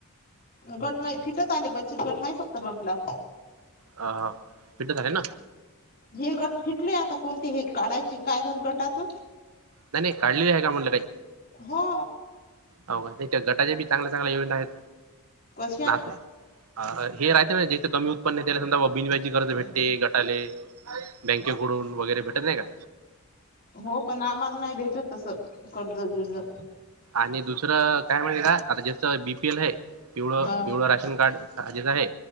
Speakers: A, on the left; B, on the right.
A: गट नाई फिटत आले बचत गट नाही शकत आपला.
B: हा हा फिटत आले ना?
A: हे गट फिटले आता कोणते हे काढायचे काय जरूरत असल?
B: नाही नाही काढली आहे का म्हणलं काही?
A: हो
B: हो का हेच्या गटाच्या बी चांगल्या चांगल्या योजना आहेत.
A: कशा
B: नात अ हा हे राहते ना जेच कमी उत्पन्न आहे त्याला समजा बिनव्याजी कर्ज भेटते. ते, गटाले, बँकेकडून वगैरे भेटत नाही का.
A: हो पण, आम्हाला नाही भेटत तस, कर्ज बिर्ज.
B: आणि दुसरं, काय म्हणल का, आता जेंच बीपी एल हाय पिवळ,
A: हा
B: पिवळं राशन कार्ड ह जेच हाय.